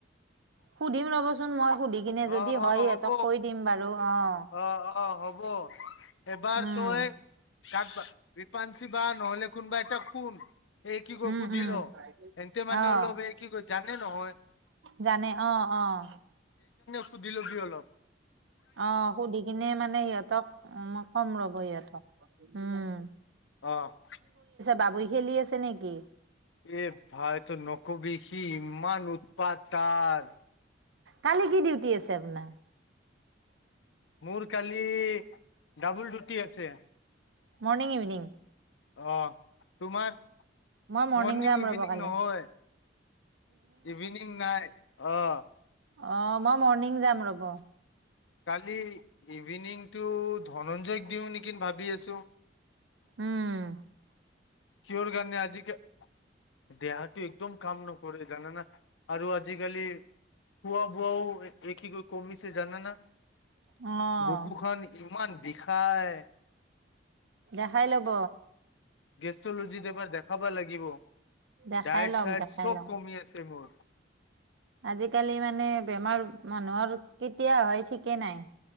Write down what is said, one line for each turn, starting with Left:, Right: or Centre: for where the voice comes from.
Right: সুধিম ৰ'বচোন, মই সুধি কিনে
Left: অ',
Right: যদি হয়
Left: অ', হ'ব
Right: সিহঁতক কৈ দিম বাৰু অ'।
Left: অ', অ', হ'ব এবাৰ
Right: উম,
Left: তই কাক বিপাঞ্চি বা নহ'লে কোনবা এটাক খুন এই কি কয়
Right: উম,
Left: সুধিলৰ
Right: উম,
Left: এন্ততে
Right: অ',
Left: মানে অলপ এই কি কয় জানে নহয়।
Right: জানে অ' অ'
Left: সুধ ল'বি অলপ
Right: অ' সুধি কিনে মানে সিহঁতক কম ৰ'ব সিহঁতক, উম।
Left: অহ'
Right: বাবুৰি খেলি আছে নেকি?
Left: এ ভাইতো নকবি কি ইমান উৎপাত তাৰ।
Right: কালি কি ডিউটি আছে আপোনাৰ।
Left: মোৰ কালি ডাবল ডিউটি আছে।
Right: মৰ্ণিং ইভিনিং
Left: অহ' তোমাক
Right: মই মৰ্ণিং
Left: মৰ্নিং
Right: যাম
Left: ইভিনিং
Right: ৰ'ব কালি
Left: নহয় ইভিনিং নাইট অহ'
Right: অ' মই মৰ্ণিং যাম ৰ'ব।
Left: কালি ইভিনিংতটো ধনঞ্জয়ক দিওঁ নেকি ভাবি আছো।
Right: উম,
Left: কিহৰ কাৰনে আজি দেহাটো একদম কাম নকৰে জানানা আৰু আজিকালি কোৱা বোৱাও একি কৈ কমিছে জানা না?
Right: অ',
Left: বুকুখন ইমান বিষাই
Right: দেখাই লব
Left: গেষ্টলজিত এবাৰ দেখাব লাগিব।
Right: দেখাই
Left: ডায়েট
Right: লওক,
Left: চায়ট
Right: দেখাই
Left: চ'ব
Right: লওক।
Left: কমি আছে মোৰ।
Right: আজিকালি মানে বেমাৰ মানুহৰ কেতিয়া হয় ঠিকেই নাই।